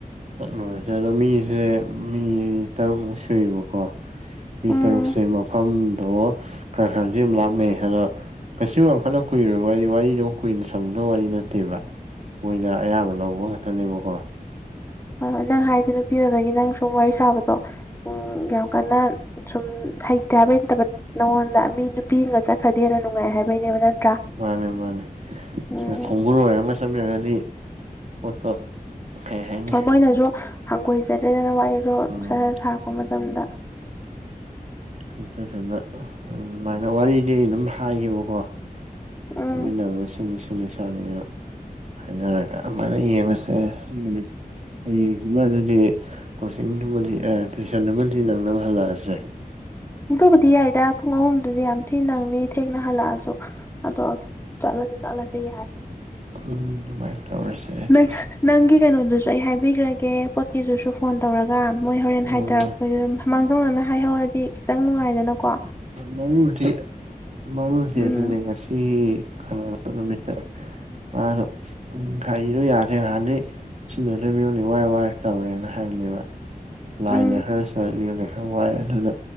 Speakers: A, on the right; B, on the left.
A: ꯆꯠꯂꯨꯔꯁꯦ ꯑꯗꯣ ꯃꯤꯁꯦ ꯃꯤ ꯇꯔꯨꯛꯃꯨꯛ ꯁꯨꯏꯌꯦꯕꯀꯣ ꯃꯤ
B: ꯎꯝ
A: ꯇꯔꯨꯛꯁꯦ ꯃꯐꯝꯗꯣ ꯈꯔ ꯈꯔꯗꯤꯗꯨꯝ ꯂꯥꯞꯅꯩ ꯑꯗꯣ ꯀꯩꯁꯨ ꯌꯥꯝꯈꯜꯅ ꯀꯨꯏꯔꯣꯏꯕ ꯍꯥꯏꯗꯤ ꯋꯥꯔꯤꯗꯣ ꯀꯨꯏꯅ ꯁꯝꯅꯗꯕ ꯋꯥꯔꯤ ꯅꯠꯇꯦꯕ ꯑꯣꯏꯅ ꯑꯌꯥꯕ ꯂꯧꯕ ꯉꯥꯛꯇꯅꯦꯕꯀꯣ
B: ꯍꯣꯏ ꯍꯣꯏ ꯅꯪ ꯍꯥꯏꯁꯦ ꯅꯨꯄꯤ ꯑꯣꯏꯕꯒꯤ ꯅꯪ ꯁꯨꯝ ꯋꯥꯔꯤ ꯁꯥꯕꯗꯣ ꯎꯝ ꯌꯥꯝ ꯀꯟꯅ ꯁꯨꯝ ꯍꯩꯇꯦ ꯍꯥꯏꯕꯩ ꯅꯠꯇꯕ ꯅꯉꯣꯟꯗ ꯃꯤ ꯅꯨꯄꯤ ꯑꯝꯒ ꯆꯠꯈ꯭ꯔꯗꯤ ꯍꯦꯟꯅ ꯅꯨꯡꯉꯥꯏ ꯍꯥꯏꯕꯩꯅꯦꯕ ꯅꯠꯇ꯭ꯔꯥ
A: ꯃꯥꯅꯦ ꯃꯥꯅꯦ
B: ꯎꯝ
A: ꯈꯣꯡꯕꯨꯂꯣꯏ ꯑꯃꯒ ꯆꯠꯃꯤꯟꯅꯒꯗꯤ ꯄꯣꯠꯇꯣ ꯀꯩ ꯍꯥꯏꯅꯤ
B: ꯍꯣꯏ ꯃꯣꯏꯅꯁꯨ ꯍꯪꯒꯣꯏꯆꯗꯔꯦꯅ ꯋꯥꯔꯤꯗꯣ
A: ꯎꯝ
B: ꯁꯥꯔꯛꯄ ꯃꯇꯝꯗ
A: ꯑꯗꯨꯗꯨꯅꯥ ꯑꯗꯨꯃꯥꯏꯅ ꯋꯥꯔꯤꯗꯤ ꯑꯩ ꯑꯗꯨꯝ ꯍꯥꯏꯌꯦꯕꯀꯣ
B: ꯎꯝ
A: ꯆꯠꯃꯤꯟꯅꯕ ꯁꯤꯅꯤ ꯁꯤꯅꯤ ꯁꯥꯅꯤꯅꯥ ꯍꯥꯏꯅꯔꯒ ꯑꯃꯥꯏꯅ ꯌꯦꯡꯉꯁꯦ ꯅꯨꯃꯤꯠ ꯍꯌꯦꯡꯁꯤꯃ ꯑꯗꯨꯗꯤ ꯀꯣꯆꯤꯡꯗꯨꯃꯗꯤ ꯑꯥ ꯇ꯭ꯋꯏꯁꯟꯗꯨ ꯃꯗꯤ ꯅꯪꯅꯕ ꯍꯜꯂꯛ ꯑꯁꯦ
B: ꯑꯗꯨꯕꯨꯗꯤ ꯌꯥꯏꯗ ꯄꯨꯡ ꯑꯍꯨꯝꯗꯨꯗꯤ ꯌꯥꯝ ꯊꯤ ꯅꯪꯅꯤ ꯊꯦꯡꯅ ꯍꯜꯂꯛꯑꯁꯨ ꯑꯗꯣ ꯆꯠꯂꯁꯨ ꯆꯠꯂꯁꯤ ꯌꯥꯏ
A: ꯎꯝ ꯑꯗꯨꯃꯥꯏꯟ ꯇꯧꯔꯁꯦ ꯑꯗꯨꯗꯤ
B: ꯅꯪ ꯅꯪꯒꯤ ꯀꯩꯅꯣꯗꯨꯁꯨ ꯑꯩ ꯍꯥꯏꯕꯤꯈ꯭ꯔꯒꯦ ꯄꯣꯠꯀꯤꯗꯨꯁꯨ ꯐꯣꯟ ꯇꯧꯔꯒ ꯃꯣꯏ ꯍꯣꯔꯦꯟ
A: ꯑꯣ
B: ꯍꯥꯏꯘꯔꯛꯄꯩꯗꯗꯨꯝ ꯃꯥꯡꯖꯧꯅꯅꯥ ꯍꯥꯏꯍꯧꯔꯗꯤ ꯈꯤꯇꯪꯅꯨꯡꯉꯥꯏꯗꯅꯥꯀꯣ
A: ꯃꯔꯨꯗꯤ ꯃꯔꯨꯗꯤ
B: ꯎꯝ
A: ꯑꯗꯨꯅꯦ ꯉꯁꯤꯒꯤ ꯅꯨꯃꯤꯠꯇ ꯃꯥꯅ ꯎꯝ ꯒꯥꯔꯤꯗꯣ ꯌꯥꯗ꯭ꯔꯦ ꯅꯍꯥꯟꯗꯩ ꯁꯤꯟꯅꯗ ꯃꯤꯉꯣꯟꯗꯩ ꯋꯥꯔ ꯋꯥꯔ ꯇꯧꯔꯦꯅ ꯍꯥꯏꯕꯅꯦꯕ ꯂꯥꯏꯟꯗ
B: ꯎꯝ
A: ꯈꯔ ꯆꯠ ꯃꯤꯑꯣꯟꯗ ꯈꯔ ꯋꯥꯏ ꯑꯗꯨꯅ